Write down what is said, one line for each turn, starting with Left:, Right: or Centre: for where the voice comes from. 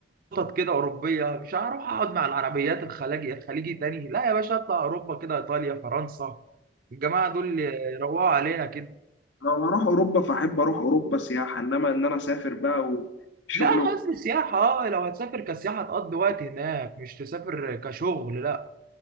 Right: قطط كده اوروبيه مش هروح اقعد مع العربيات الخليجي الخليجي تاني لا يا باشا اطلع اوروبا كده ايطاليا فرنسا الجماعه دول يروقوا علينا كده
Left: أنا لما أروح أوروبا فأحب أروح أوروبا سياحة إنما إن أنا أسافر بقى وشغل
Right: لا انا
Left: وكده،
Right: قصدي سياحه اه لو هتسافر كسياحه تقضي وقت هناك مش تسافر كشغل لا